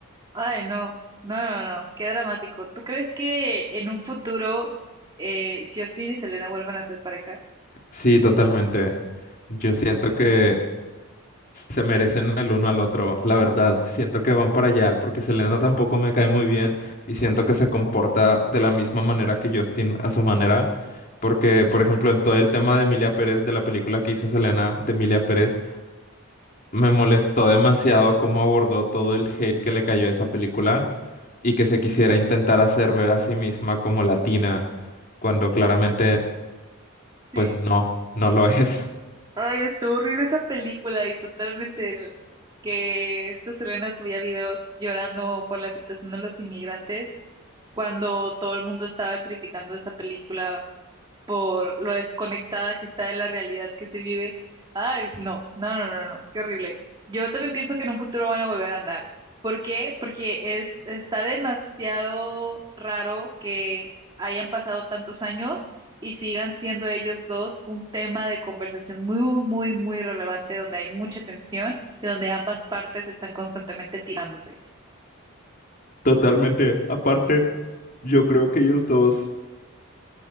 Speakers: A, on the right (about 20°); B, on the left (about 40°).
A: Ay, no. No, no, no. Qué dramático. ¿Tú crees que en un futuro eh, Justin y Selena vuelvan a ser pareja?
B: Sí, totalmente. Yo siento que Se merecen el uno al otro, la verdad. Siento que van para allá porque Selena tampoco me cae muy bien y siento que se comporta de la misma manera que Justin a su manera. Porque, por ejemplo, el, todo el tema de Emilia Pérez, de la película que hizo Selena de Emilia Pérez, me molestó demasiado cómo abordó todo el hate que le cayó a esa película y que se quisiera intentar hacer ver a sí misma como latina, cuando claramente,
A: Sí.
B: pues no, no lo <laughs> es.
A: Ay, estuvo horrible esa película y totalmente el- que esta Selena subía videos llorando por la situación de los inmigrantes cuando todo el mundo estaba criticando esa película por lo desconectada que está de la realidad que se vive. Ay, no, no, no, no, no, qué horrible. Yo también pienso que en un futuro van a volver a andar. ¿Por qué? Porque es, está demasiado raro que hayan pasado tantos años y sigan siendo ellos dos un tema de conversación muy, muy, muy relevante donde hay mucha tensión y donde ambas partes están constantemente tirándose.
B: Totalmente. Aparte, yo creo que ellos dos.